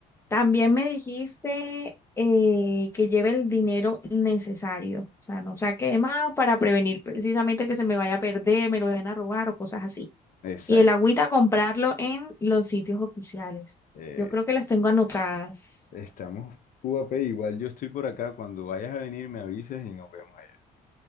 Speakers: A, on the left; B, on the left.
A: También me dijiste eh, que lleve el dinero necesario, o sea, no saque de más para prevenir precisamente que se me vaya a perder, me lo vayan a robar o cosas así.
B: Exacto.
A: Y el agüita comprarlo en los sitios oficiales.
B: Es-
A: Yo creo que las tengo anotadas.
B: estamos Cubape, igual yo estoy por acá. Cuando vayas a venir me avisas y nos vemos allá.